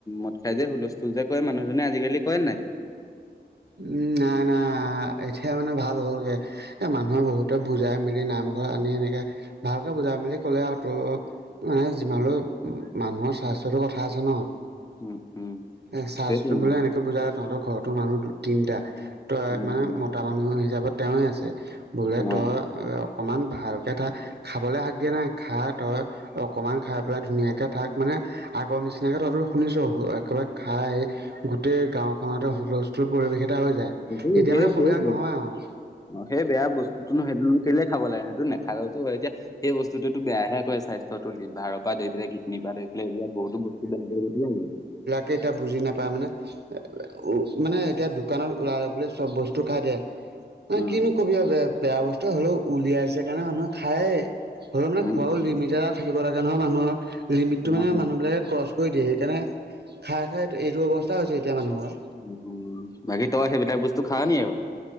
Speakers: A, on the left; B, on the right.
A: মদ খাই যে, হুলস্থুল যে কৰে মানুহজনে, আজিকালি কৰে‌ নাই?
B: উম্ না না এতিয়া মানে ভাল হ'লগে। এ, মানুহে বহুতে বুজাই মেলি নামঘৰত আনি এনেকে ভালকে বুজাই মেলি ক'লে আৰু তোৰ মানে যিমান হ'লও মানুহৰ স্বাস্থ্যটো কথা আছে ন।
A: উম, উম,
B: এ স্বাস্থ্যটো
A: সেইটোৱে
B: বোলে এনেকে বুজালে তহঁতৰ ঘৰতো মানুহ দু তিনিটা, তই
A: উম,
B: মানে,
A: উম।
B: মতা মানুহ হিচাপত তেওঁৱেই আছে। বোলে
A: অ,
B: তই অকণমান ভালকৈ থাক। খাবলৈ হাক দিয়া নাই, খা তই অকমান খাই পেলাই ধুনীয়াকে থাক মানে। আগৰ নিচিনাকে তহঁতেটো শুনিছ, একেবাৰে খাই গোটেই গাওঁখনতে হুলহূল পৰিৱেশ এটা হৈ যায়,
A: সেই
B: এতিয়া
A: সেই
B: মানে
A: সেই
B: সবিলাক নহয় আৰু।
A: অ', সেই বেয়া বস্তুটোনো সেইটোনো কেলেই খাব লাগে, সেইটোনো নেখালেও টো হয়। এতিয়া সেই বস্তুতোৱেটো বেয়াহে কৰে স্বাস্থ্যটো, লিভাৰৰ পৰা ধৰি পেলাই কি কিডনি পৰা ধৰি পেলাই, এইবিলাক বহুতো বস্তু বেন কৰি দিছিলে নেকি।
B: কেইটা বুজি নাপায় মানে উম, মানে এতিয়া দোকানত ওলালে বুলিয়েই চব বস্তু খাই দিয়ে। ন
A: উম
B: কিনো কবি আৰু বেয়া, বেয়া বস্তু হ'লেও উলিয়াইছে কাৰণে মানুহে খায়েই। হ'লেও মানে
A: উম
B: খোৱাৰো
A: উম
B: লিমিট এটা থাকিব লাগে নহয় মানুহৰ, লিমিটটো
A: উম
B: মানে মানুহবিলাকে ক্ৰচ কৰি দিয়ে, সেইকাৰণে খাই খাই এইটো অৱস্থা হৈছে এতিয়া মানুহৰ।
A: উম, উম, বাকী তই সেইবিলাক বস্তু খাৱ নি আকৌ?